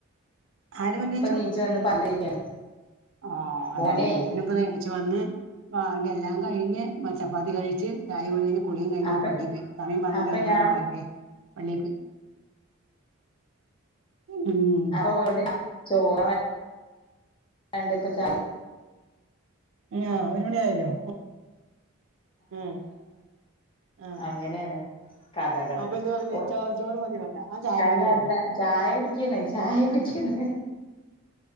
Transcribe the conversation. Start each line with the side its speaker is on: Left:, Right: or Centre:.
Right: ആര് പല്ലേ ച്ചു
Left: നീച്ചു വന്ന് പല്ല് തേക്കാണ്
Right: ആ അതന്നെ
Left: മോനെ
Right: ഇപ്പ താ ണീ ചുവന്ന് അവൻ്റെല്ലാം കഴിഞ്ഞ് മ ചപ്പാത്തി കഴിച്ച് ചായ കുടിയും കഴിഞ്ഞ് കുളിയും കഴിഞ്
Left: അപ്പ
Right: പള്ളി പോയി സമയംപത്രണ്ട്
Left: അപ്പൊ
Right: ഒരുമണി
Left: ഞാൻ
Right: യാവറായില്ലേ പള്ളി പോയി ഉം
Left: അറോ ഒരുത് ചോറായി രണ്ട് പചായി
Right: ആ ഒരു ണി ആയല്ലോ ഉം ആഹ്
Left: അങ്ങനെണ് കഥകള്
Right: അപ്പൊ എന്ത് പറഞ്ഞ്
Left: ഒഅല്ല
Right: ചോറ് ചോറ് മതി പറഞ്ഞോ ആ ചായ മതി പറഞ്ഞോ
Left: അല്ല ചായ കുടിക്ണ് ചായ കുടിക്ണ്